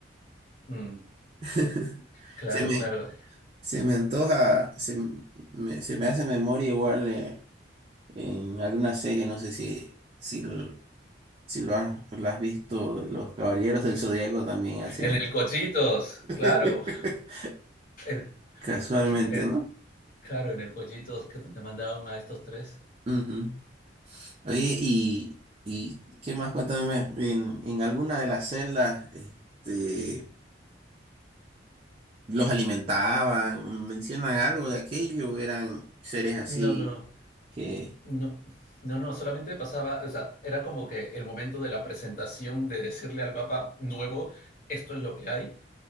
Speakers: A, on the left; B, on the right.
A: Mm,
B: <laughs>
A: claro,
B: Se me,
A: claro.
B: se me antoja, se me, se me hace memoria igual eh, en alguna serie, no sé si, si, lo- si lo has, lo has visto, Los Caballeros del Zodíaco también hacen
A: En el Cochitos,
B: <laughs>
A: claro. En,
B: casualmente,
A: en,
B: ¿no?
A: claro, en el Cochitos que te mandaron a estos tres.
B: Ujú. Oye, y, y qué más, cuéntame, en, en alguna de las celdas, este, los alimentaban, mencionan algo de aquello, eran seres así
A: No, no, no.
B: que,
A: No, no, no, solamente pasaba, o sea, era como que el momento de la presentación de decirle al Papa nuevo, esto es lo que hay,